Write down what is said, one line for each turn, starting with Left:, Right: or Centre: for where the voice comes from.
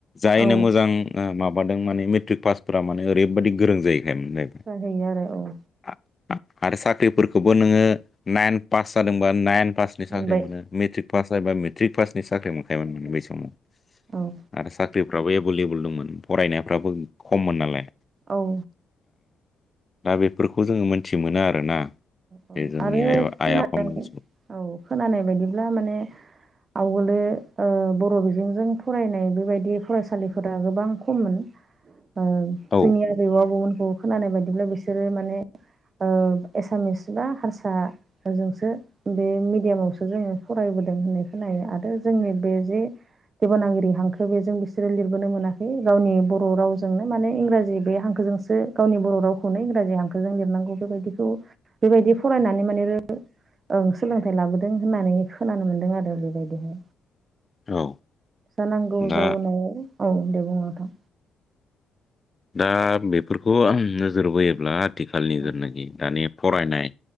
Left: जायनो
Right: औ
Left: मोजां माबादों माने मेट्रिक पासफोरा माने ओरैबायदि गोरों जायैखायमोन।
Right: जाहैयो आरो औ।
Left: आरो साख्रिफोरखौबो नोङो नाइन पास जादोंबा नाइन पासनि
Right: मोनबाय
Left: साख्रि मोनो। मेट्रिक पास एबा मेट्रिक पासनि साख्रि मोनखायोमोन
Right: औ
Left: माने बै समाव।
Right: औ
Left: आरो साख्रिफ्राबो एभैेलेबोल दंमोन। फरायनायफ्राबो खममोन नालाय
Right: औ
Left: दा बे बेफोरखौ जोङो मोनथि मोनो आरोना
Right: औ
Left: बे जोंनि
Right: आरो
Left: आइ
Right: खोना
Left: आफामोन
Right: औ खोनानाय बायदिब्ला माने आवगोलो ओ बर बिजोंजों फरायनाय बेबायदि फरायसालिफोरा गोबां खममोन। ओ
Left: औ
Right: जोंनि आजौ आबौमोनखौ खोनानाय बायदिब्ला बिसोरो माने ओ एसामिस बा हारसा जोंसो बे मिडियामावसो जोङो फरायबोदों होननाय खोनायो आरो जोंनि बे जे देबनागिरि हांखो बेजों बिसोरो लिरबोनो मोनाखै गावनि बर' रावजोंनो माने इंराजि बे हांखोजों बे गावनि बर रावखौनो इंराजि हांखोजों लिरनांगौ बेबायदिखौ बेबायदि फरायनानै माने ओं सोलोंथाइ लाबोदों होननानै खोनानो मोन्दों आरो बेबायदिहाय।
Left: औ
Right: जा नांगौ
Left: दा
Right: जाउनाव औ दे बुं नोंथां।
Left: दा बेफोरखौ आं नोजोर बोयोब्ला आथिखालनि
Right: औ
Left: जानाखि दानि फरायनाय